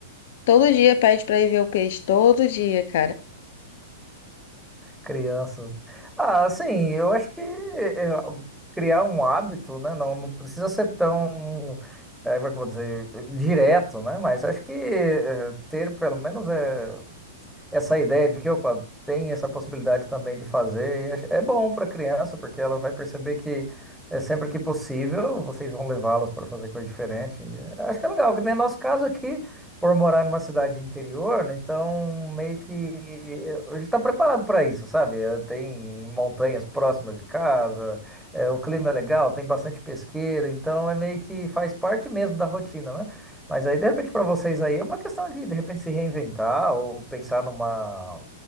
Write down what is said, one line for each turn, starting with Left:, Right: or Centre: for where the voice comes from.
Left: todo dia pede pra ir ver o peixe, todo dia, cara.
Centre: Crianças. Ah, sim, eu acho que é, criar um hábito, né? Não, não precisa ser tão, é, como é que eu vou dizer, direto, né? Mas acho que é, ter pelo menos é essa ideia de que, opa, tem essa possibilidade também de fazer, e acho- é bom para a criança, porque ela vai perceber que é sempre que possível, vocês vão levá-las para fazer coisa diferente. E, é, Acho que é legal, que nem nosso caso aqui, por morar numa cidade interior, né, então meio que é, a gente está preparado para isso, sabe? É, Tem montanhas próximas de casa, é, o clima é legal, tem bastante pesqueiro, então é meio que faz parte mesmo da rotina, né? Mas aí, de repente, para vocês aí é uma questão de, de repente, se reinventar ou pensar numa,